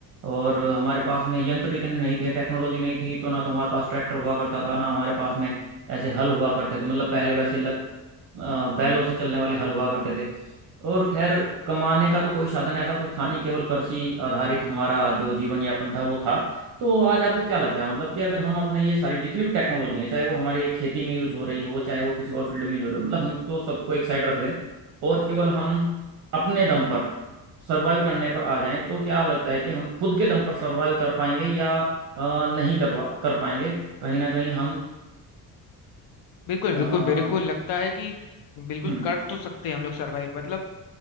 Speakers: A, on the right; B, on the left.
A: और हमारे पास में यंत्र इतने नहीं थे टेक्नोलॉजी नहीं थी तो ना तो हमारे पास ट्रैक्टर हुआ करता था ना हमारे पास में ऐसे हल हुआ करते थे मतलब पहले वैसे ल- अ, बैलों से चलने वाले हल हुआ करते थे और खैर कमाने का तो कोई साधन ऐसा कुछ था नहीं केवल कृषि आधारित हमारा जो जीवन यापन था वो था तो आज आपको क्या लगता है मतलब कि अगर हम अपने ये सारी जितनी भी टेक्नोलॉजी है चाहे वो हमारे खेती में यूज हो रही हो चाहे वो किसी और फील्ड में यूज हो रही हो मतलब हमको सबको एक साइड रख दें और केवल हम अपने दम पर सर्वाइव
B: हम्म,
A: करने पर आ जाएं तो क्या लगता है कि हम खुद के दम पर सर्वाइव कर पाएंगे या अ, नहीं करवा कर पाएंगे कहीं ना कहीं हम
B: बिल्कुल
A: अ,
B: बिल्कुल
A: हम्म
B: मेरे को लगता है कि बिल्कुल
A: हम्म
B: कर तो सकते हैं हम लोग सरवाइव मतलब